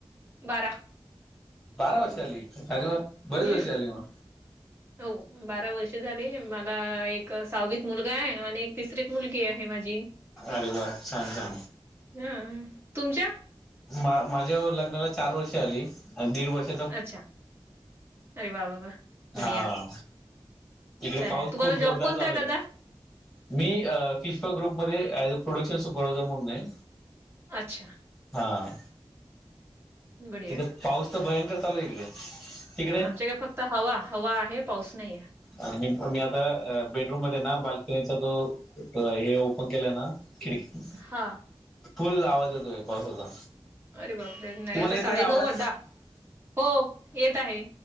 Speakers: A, on the right; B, in the centre.
A: बारा.
B: बारा वर्षी झाली अरे वा
A: हम्म
B: बरेच वर्षी झाली मग.
A: हो, बारा वर्ष झाले मला एक सहावीत मुलगा आहे. आणि एक तिसरीत मुलगी आहे माझी.
B: अरे वा छान छान.
A: हा, तुमच्या.
B: मा माझ्या लग्नाला चार वर्ष आली दीड वर्ष.
A: अच्छा आरे वा वा. बढिया
B: हा, इथे
A: छान
B: पाऊस
A: आहे तुम्हाला
B: खूप जोरदार
A: जॉब कोणता
B: चालू आहे.
A: दादा
B: मी फिश्फा ग्रुपमध्ये ऍज अ प्रोडक्शन सुपरवा्हायझर म्हणून आहे.
A: अच्छा.
B: हा,
A: बढिया
B: तिथे
A: आहे.
B: पाऊस तर भयंकर चालू आहे इकडे. तिकडे
A: आमच्याकडे फक्त हवा हवा आहे पाऊस नाहीे.
B: आणि मी मी आता बेडरूम मध्ये ना बाल्कनीचा तो हे ओपन केलं ना. खिडकी
A: हा
B: फुल आवाज येतोय पावसाचा.
A: अरे बापरे नाही
B: तुम्हाला
A: आता
B: येतोय
A: साडेनऊ
B: का आवाज
A: वा द हो येत आहे.